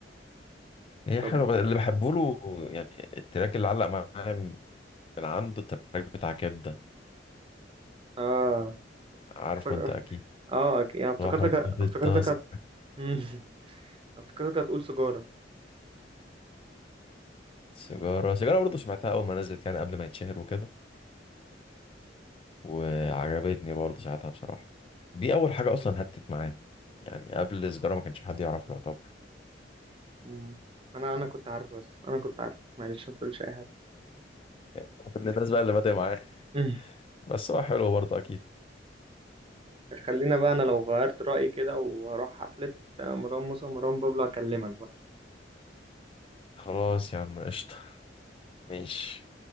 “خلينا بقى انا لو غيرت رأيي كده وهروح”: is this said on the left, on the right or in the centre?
Right